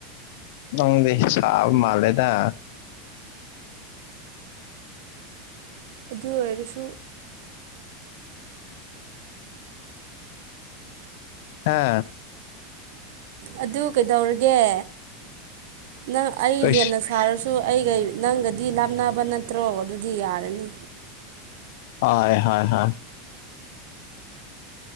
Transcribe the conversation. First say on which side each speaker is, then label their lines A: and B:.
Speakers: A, on the left; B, on the right.
A: ꯅꯪꯗꯤ ꯁꯥꯕ ꯃꯥꯜꯂꯦꯗ
B: ꯑꯗꯨ ꯑꯣꯏꯔꯁꯨ
A: ꯍꯥ
B: ꯑꯗꯨ ꯀꯩꯗꯧꯔꯒꯦ ꯅꯪ ꯑꯩ
A: ꯀꯩꯁ
B: ꯍꯦꯟꯅ ꯁꯥꯔꯁꯨ ꯑꯩꯒ ꯅꯪꯒꯗꯤ ꯂꯥꯞꯅꯕ ꯅꯠꯇ꯭ꯔꯣ ꯑꯗꯨꯗꯤ ꯌꯥꯔꯅꯤ
A: ꯍꫭꯏ ꯍꯣꯏ ꯍꯣꯏ